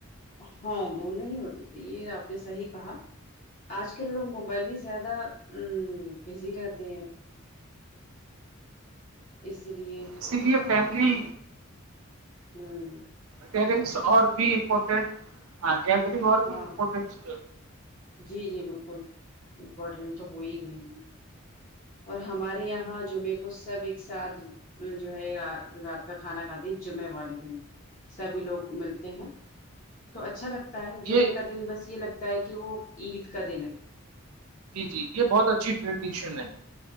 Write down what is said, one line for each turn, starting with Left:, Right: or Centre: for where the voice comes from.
Left: ہاں دونوں ہی ہوتے تھے یہ آپ نے صحی کہا آج کل لوگ موبائل بھی زیادہ ا بزی رہتے ہیں اس لیے
Right: اس لیے فیملی
Left: ہوں
Right: پرنٹس اور بھی امپورٹینٹ ہاں گیدرنگ اور بھی
Left: ہاں
Right: امپورٹینٹ
Left: جی جی بالکل امپورٹینٹ تو ہو ہی گیا اور ہمارے یہاں جمعے کو سب ایک ساتھ جو ہے رات کا کھانا کھاتی جمعے والے دن سبھی لوگ ملتے ہیں تو اچھا لگتا ہے جمعے
Right: یہ
Left: کا دن بس یہ لگتا ہے کہ وہ عید کا دن ہے
Right: جی جی یہ بہت اچھی ٹریڈیشن ہے